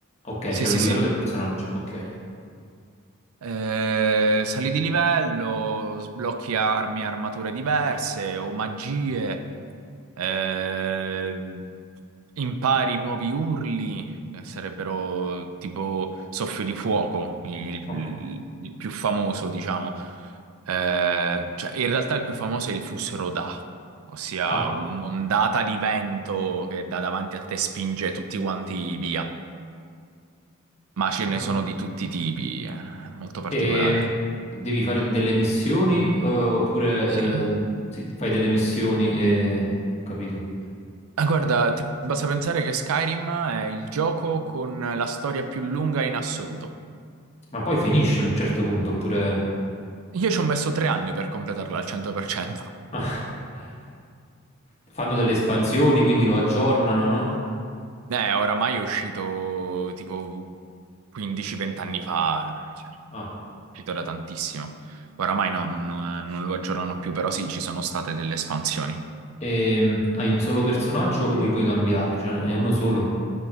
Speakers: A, on the left; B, on the right.
A: Ok,
B: sì,
A: c'è
B: sì,
A: un livello
B: sì.
A: del personaggio. Ok,
B: Eh, sali di livello, sblocchi armi, e armature diverse o magie, eh, impari nuovi urli, che sarebbero tipo soffio di fuoco, il,
A: ok.
B: il- il più famoso, diciamo. Eh, cioè, in realtà il più famoso è il Fusroda, ossia
A: Ah,
B: un'ondata di vento che da davanti a te spinge tutti quanti via. Ma ce
A: ok.
B: ne sono di tutti i tipi, eh, è molto particolare.
A: E devi fare delle missioni eh, oppure
B: Sì.
A: eh, sì, fai delle missioni e... Ho capito.
B: Ah, guarda, ti basta pensare che Skyrim è il gioco con la storia più lunga in assoluto.
A: Ma poi finisce a un certo punto oppure...
B: Io ci ho messo tre anni per completarla al 100%.
A: <laughs> Ah. Fanno delle espansioni, quindi lo aggiornano, no?
B: Eh, oramai è uscito tipo 15-20 anni fa, eh, cioè, è
A: Ah.
B: uscito da tantissimo. Oramai no, non, eh, non lo aggiornano più, però sì, ci sono state delle espansioni.
A: E mm, hai un solo personaggio o li puoi cambiare? Cioè è uno solo?